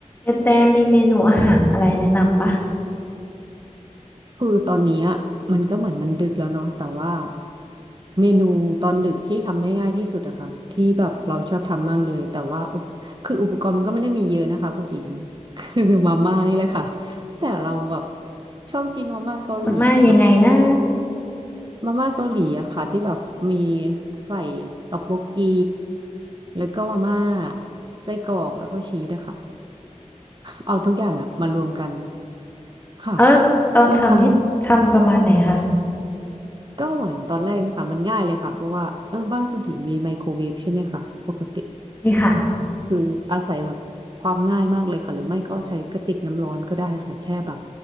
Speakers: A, on the left; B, on the right.
A: กระแตมีเมนูอาหารอะไรแนะนำปะ
B: คือตอนนี้อะมันก็เหมือนมันดึกแล้วเนาะแต่ว่าเมนูตอนดึกที่ทำได้ง่ายที่สุดอะค่ะที่แบบเราชอบทำมากเลยแต่ว่าอุปคืออุปกรณ์มันก็ไม่ได้มีเยอะนะคะคุณหญิงคือมาม่านี่แหละค่ะแต่เราแบบชอบกินมาม่าเกาหลีกับ
A: มาม่ายังไงนะ
B: มาม่าเกาหลีอะค่ะที่แบบมีใส่ต็อกโบกกีแล้วก็มาม่าไส้กรอกแล้วก็ชีสอะค่ะเอาทุกอย่างอะมารวมกันค่ะ
A: เออตอนทำนี่ทำประมาณไหนคะ
B: มันทำ ก็เหมือนตอนแรกนะคะมันง่ายเลยค่ะเพราะว่าเออบ้านผู้หญิงมีไมโครเวฟใช่ไหมคะปกติ
A: นี่ค่ะ
B: คืออาศัยแบบความง่ายมากเลยค่ะหรือไม่ก็ใช้กระติกน้ำร้อนก็ได้ค่ะแค่แบบ